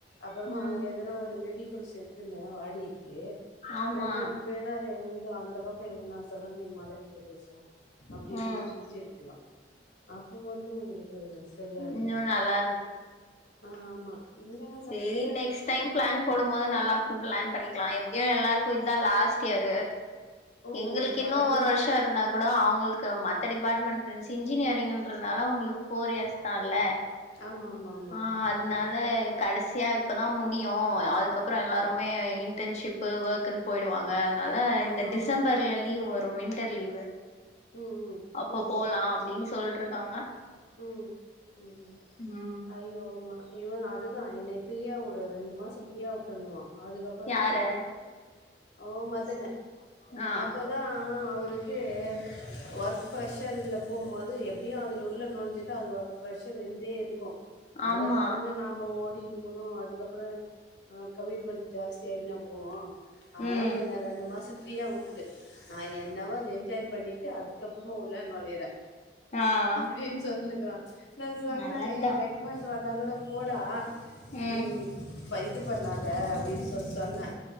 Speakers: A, on the left; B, on the left.
A: அப்பறமா
B: ம்
A: அங்கே எதனா ஒரு வெவிக்குல்ஸ்ஸு எடுத்துன்னு வாடிகைக்கு
B: ஆமா
A: ரெண்ட் ரெண்டு பேர் தா இருந்தா அந்த பக்கோ எங்கன்னா சரௌண்டிங் மலை பிரதேசோ அப்டி இப்டின்
B: ம்
A: சுத்தி இருக்கலா அப்போ வந்து உங்ளுக் கு சரியா இருந்துருக்கு
B: இன்னு நல்லா
A: அ ஆமா இங்கன
B: செரி நெக்ஸ்டைம் பிளான் போடும்போது நல்லா ஃபிளான் பண்ணிக்லா எப்டியு எல்லாருக்கூ இதா லாஸ்ட் இயரூ
A: ஓ
B: எங்களுக்கின்னூ
A: உங்க காலேஜ்
B: ஒரு வருஷோ இருந்தா குடோ அவுங்களுக்கு மத்த டிபார்ட்மெண்ட் ஃப்ரெண்ட்ஸ் இன்ஜினியரிங்குன்றதுனால அவங்களுக்கு ஃபோர் இயர்ஸ் தால்ல
A: ஆமா ஆமா ஆமா
B: ஆ அதுனால
A: ம்
B: கடைசியா இப்பொதா முடியூ அதுக்கப்றோ எல்லாருமே இன்டன்ஷிப்பு ஒர்க்குன் போய்டுவாங் ஆனால
A: ஆமா
B: இந்த டிசம்பர்ல
A: ஆமா
B: லீவ் வரு வின்டர் லீவு
A: ம் ம்
B: அப்போ
A: ம்
B: போலா அப்டின் சொல்ட்ருக்காங்க
A: ம் ம்
B: ம்
A: ஐயோ ஓமா இவன் அதுதா என்னைய ஃப்ரீயாவுடு ரெண்டு மாசோ ஃப்ரீயா உட்டுர்ணுமா அதுக்கப்புறமா
B: யாரு
A: அவ மதனு
B: ஆ
A: அப்ப தா அவருக்கூ ஒர்க் ப்ரஷருல போம்போது எப்டியு அதுலுள்ள ஒழிஞ்சிட்டு அது ஒர்க் ப்ரஷர் இருந்தே இருக்கூ அத
B: ஆமா
A: கடந்து நாம ஓட் டீனு போனூ அதுக்கப்பறோ அ கமிட்மென்ட் ஜாஸ்தி ஆய்னே போனூ அதனால
B: ம்
A: என்ன ரெண்டு மாசோ ஃப்ரீயா உட்டுடு நா என்னவோ என்ஜாய் பண்ணிட்டு அதுக்கப்றமா உள்ளே நொழையிரே
B: ஆஹ்
A: அப்டின்னு சொல்லினுக்குறா நா சொன்னே
B: நல்லத்தா
A: ஏய் ரெக்மெண்ட் வந்தா கூூட போடா
B: ம்
A: நீ இது பண்ணாத அப்டின் சொல்லி சொன்ன